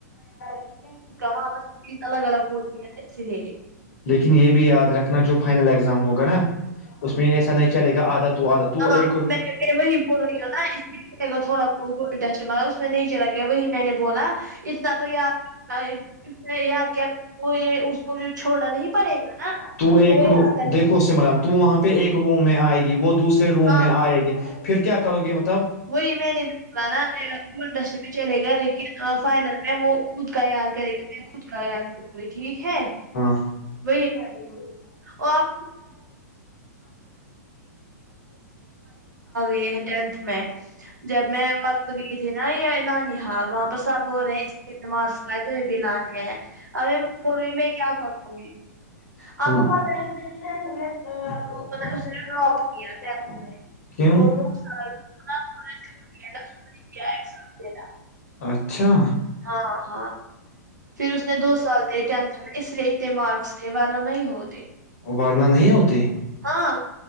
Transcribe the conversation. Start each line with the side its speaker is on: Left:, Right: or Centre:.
Left: گے، خود
Right: کا
Left: وہاں
Right: واںپسز
Left: پر چیز
Right: الگ الگ ہوتی ہے نا اس لیے
Left: ہے۔ لیکن یہ بھی یاد رکھنا جو فائنل ایگزام ہوگا نا اس میں ایسا نہیں چلے گا آدھا تو آدھا تو
Right: ہاں
Left: ایک
Right: میں نے وہی رہی ہو نا اس لیےے گا تھوڑا بہت گول ڈسٹ مگر اس میں نہیں چلا گیا وہی میں نے بولا اتنا تو یار <unintelligible>
Left: تو ایک رو دیکھو سمران تو وہاں پہ ایک روم میں آئے گی وہ دوسرے روم
Right: ہاں
Left: میں آئے گی پھر کیا کرو گے مطلب
Right: وہی میں نے بھی بولا نا گولڈن ڈسٹ میں چلے گا لیکن فائنل میں وہ خود کا یاد کرے گا میں خود کا یاد کروں گی ٹھیک ہے
Left: <inaudible>
Right: وہی اور آپ <unintelligible> جب میں تو گئی تھی نا یہ نانی ہال وہاں پر سب ہول رہے ہیں اس لیے اتنے مارکس لائے تمہیں بھی لانے ہیں ارے میں بول رہی ہوں میں کیا کروں گی
Left: <inaudible>
Right: آپ کو پتہ ہے اس نے ڈراپ کیا ٹینتھ
Left: کیوں
Right: <inaudible> تھوڑا چھوٹ گیا نا، اس نے دیا ایگزام دینا
Left: اچھا
Right: ہاں ہاں پھر اس نے دو سال د ٹینھ میں اس لیے اتنے مارکس تھے وارہ نہیں ہوتے
Left: ابھرنا نہیں ہوتے
Right: ہاں